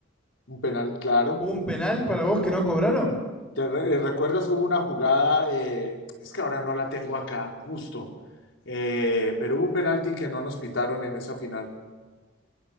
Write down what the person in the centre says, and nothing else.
¿Hubo un penal para vos que no cobraron?